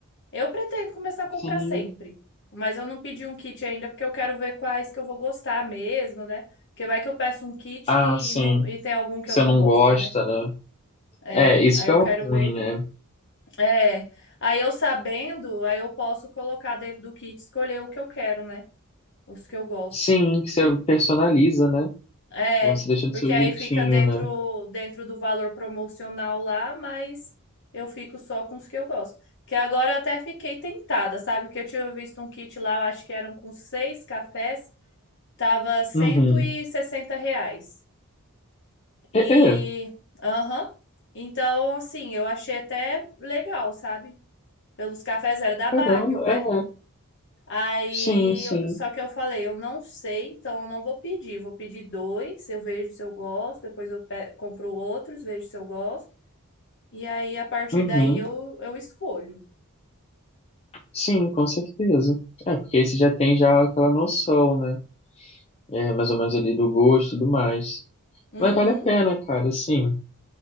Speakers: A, on the left; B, on the left.
A: Eu pretendo começar a comprar
B: sim.
A: sempre, mas eu não pedi um kit ainda porque eu quero ver quais que eu vou gostar mesmo, né? Porque vai que eu peço um kit
B: Ah,
A: e,
B: sim.
A: não, e tem algum que
B: Você
A: eu não
B: não
A: gosto,
B: gosta,
A: né?
B: né?
A: É,
B: É, isso
A: aí
B: que
A: eu
B: é o
A: quero
B: ruim,
A: ver.
B: né?
A: É, aí eu sabendo, aí eu posso colocar dentro do kit, e escolher o que eu quero, né? Os que eu gosto.
B: Sim, que você personaliza, né?
A: É,
B: Aí você deixa do
A: porque
B: seu
A: aí
B: jeitinho,
A: fica dentro
B: né?
A: dentro do valor promocional lá, mas eu fico só com os que eu gosto. Que agora eu até fiquei tentada, sabe? Porque eu tinha visto um kit lá, eu acho que eram com seis cafés, tava cento
B: Uhum.
A: e sessenta reais. E,
B: É, é,
A: aham. Então, assim, eu achei até legal, sabe? Pelos cafés era da Baguio,
B: caramba,
A: né?
B: é, é.
A: Aí,
B: Sim, sim.
A: eu- só que eu falei, eu não sei, então eu não vou pedir. Vou pedir dois, eu vejo se eu gosto, depois eu pe- compro outros, vejo se eu gosto. E aí, a partir
B: Uhum.
A: daí, eu, eu escolho.
B: Sim, com certeza. É, porque aí você já tem já aquela noção, né? É, mais ou menos ali do gosto e tudo mais.
A: Uhum.
B: Mas vale a pena, cara, sim.